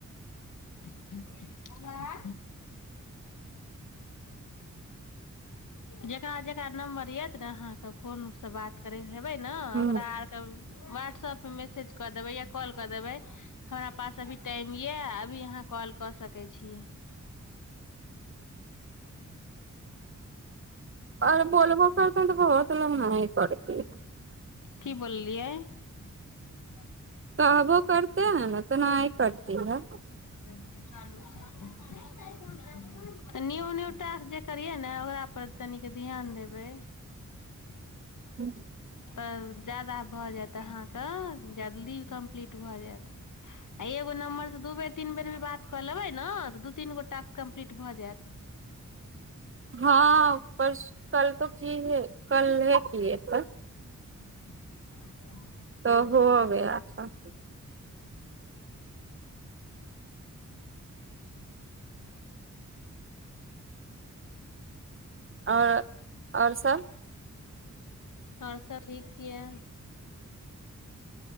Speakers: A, on the left; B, on the right.
A: <unintelligible> बौआ
B: <inaudible>
A: जेकरा जेकरा नम्बर येत ने अहाँके फोनसँ बात कर हेबै ने
B: हूँ
A: ओकरा आरके व्हाट्सऐप पर मैसेज कऽ देबै या कॉल कऽ देबै हमरा पास अभी टाइम यऽ अभी अहाँ कॉल कऽ सकैत छी <unintelligible>
B: आओर बोलबो करतो न‌ तऽ भस ल न ह पड़ छै
A: की बोललियै अी
B: कहबो करते है ने तऽनाय करत है
A: <inaudible> न्यू न्यू टास्क जे करियै ने ओकरा पर तनिक ध्यान देबै
B: हूँ
A: तऽ ज्यादा भऽ जात त अहा के जल्दी कम्पलिट भ जेयत एगो नंबर से दुबेर बात कऽ लेबै ने त दू तीन गो टास्क कम्पलिट भऽ जायत
B: हँ परसु कल त की है कल है की ए पर
A: <unintelligible>
B: त होअ गया था <inaudible> <inaudible> आओर आओर सब
A: आओर सब ठीक य